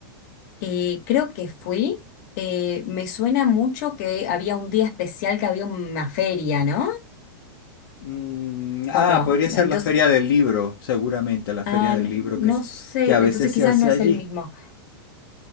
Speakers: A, on the left; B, on the left.
A: Eh, creo que fui. eh, me suena mucho que había un día especial, que había una feria, ¿no?
B: Mm, ah,
A: ¿O no?
B: podría ser
A: Entonces,
B: la Feria del Libro, seguramente, la Feria
A: ah, n-
B: del Libro
A: no
B: que, es-
A: sé.
B: que a veces
A: Entonces quizás
B: se hace
A: no es
B: allí.
A: el mismo.